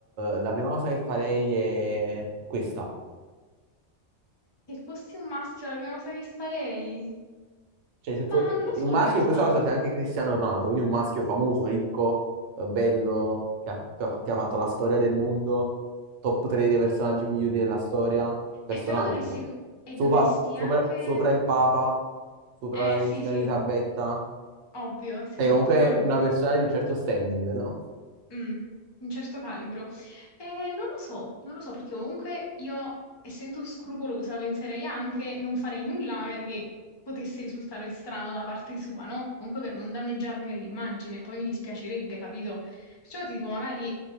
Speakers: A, on the right; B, on the left.
A: la prima cosa che farei è questa.
B: se fossi un maschio la prima cosa che farei...
A: Cioè, se puoi-
B: Ma non lo so
A: un maschio
B: in realtà.
A: in questa cosa sei anche Cristiano Ronaldo, quindi un maschio famoso, ricco, eh, bello, che ha, che ha- che ha fatto la storia del mondo, top 3 dei personaggi
B: Eh,
A: migliori della storia, personaggi,
B: eh, però dovresti...
A: però.
B: E
A: sopra,
B: dovresti
A: sopra-
B: anche...
A: sopra il Papa, sopra
B: Eh
A: la regina
B: sì sì,
A: Elisabetta,
B: ovvio, sì,
A: sei comunque
B: prima lui.
A: una persona di un certo standing, no?
B: Mm, un certo calibro. Eh, non lo so, non lo so perché comunque io, essendo scrupolosa, penserei anche non farei nulla magari che potesse risultare strano da parte sua, no? Comunque per non danneggiarne l'immagine, poi mi dispiacerebbe, capito? Perciò ti dico magari,